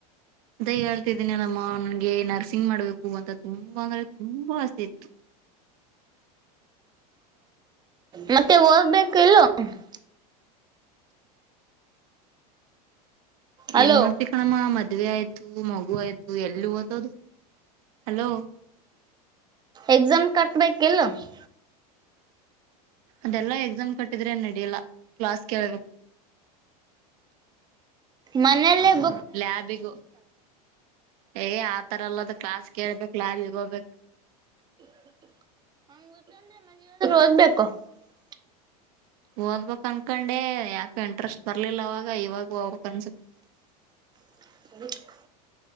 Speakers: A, on the right (about 65°); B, on the right (about 20°).
A: ಅ ಹೇಳ್ತಿದೀನಿ ಅಲ್ಲಮ್ಮ! ನನ್ಗೆ ನರ್ಸಿಂಗ್ ಮಾಡ್ಬೇಕು ಅಂತ ತುಂಬಾ ಅಂದ್ರೆ ತುಂಬಾ ಆಸೆ, ಇತು. <unintelligible>
B: ಮತ್ತೆ, ಹೋಗ್ಬೇಕು ಇಲ್ಲೋ. <unintelligible> <inaudible> <unintelligible> ಹಲೋ
A: ಏನ್, ಮಾಡ್ತಿ ಕಣಮ್ಮ ಮದು? <unintelligible> ಮದುವೆ ಆಯ್ತು, ಮಗು ಆಯ್ತು ಎಲ್ಲಿ ಓದದು ಹಲೋ. <unintelligible>
B: ಎಕ್ಸಾಮ್, ಕಟ್ಬೇಕಾ ಇಲ್ವಾ. <unintelligible>
A: ಅದೆಲ್ಲಾ, ಎಕ್ಸಾಮ್ ಕಟ್ಟಿದ್ರೆ! ನಡಿಯಲ್ಲ ಕ್ಲಾಸ್ ಕೇಳಬೇಕು? <unintelligible>
B: ಮನೇಲೇ. <inaudible>
A: ಲ್ಯಾಬಿಗು, ಹೇ ಆತರಲ್ಲದು ಕ್ಲಾಸ್ ಕೇಳ್ಬೇಕು ಲ್ಯಾಬಿಗೆ ಹೋಗು? <inaudible> <inaudible> <unintelligible>
B: ಓದಬೇಕು? <unintelligible>
A: ಓದ್ಬೇಕ್ ಅನ್ಕೊಂಡೆ ಯಾಕ ಇಂಟ್ರೆಸ್ಟ್ ಬರ್ಲಿಲ್ಲ ಅವಾಗ ಇವಾಗ ಓದ್ಬೇಕ್ ಅನ್ಸುತ್ತೆ?
B: <inaudible>
A: <inaudible>
B: <unintelligible>